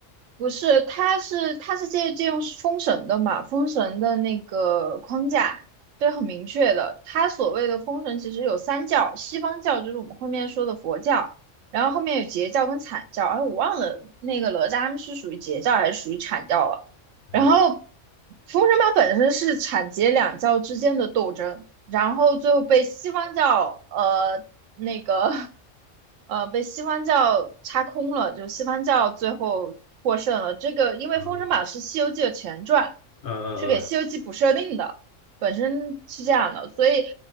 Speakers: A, on the right; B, on the left.
A: 不是，它是它是借借用封神的嘛，封神的那个框架，对，很明确的。它所谓的封神其实有三教，西方教就是我们后面说的佛教，然后后面有截教跟阐教，哎，我忘了那个哪吒他们是属于截教还是属于阐教了。
B: 嗯
A: 然后封神榜本身是阐截两教之间的斗争，然后最后被西方教呃那个呃被西方教插空了，就西方教最后获胜了。这个因为《封神榜》是《西游记》的前传，
B: 嗯嗯嗯
A: 是给《西游记》补设定的，本身是这样的，所以